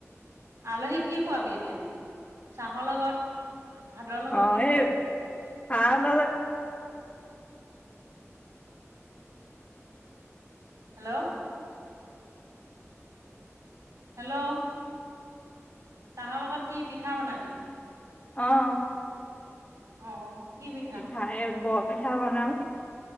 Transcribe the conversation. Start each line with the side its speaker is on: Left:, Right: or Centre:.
Right: আলহীক কি খুৱাবি এতিয়া? চাহৰ লগত ভাতৰ লগত
Left: অ,
Right: কি খোৱাবি
Left: এই চাহ না
Right: হেল্ল' হেল্ল' চাহৰ লগত কি পিঠা বনাবি?
Left: অ
Right: অ কি পিঠা
Left: পিঠাই ব পিঠা বনাম